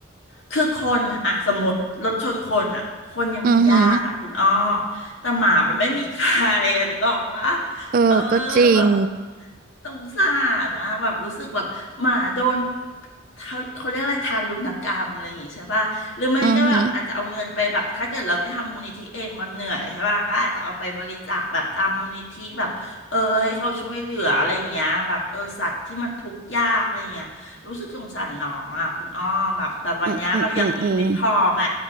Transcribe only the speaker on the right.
อือหือ
เออก็จริง
อือหืออืมอืมอืมอืม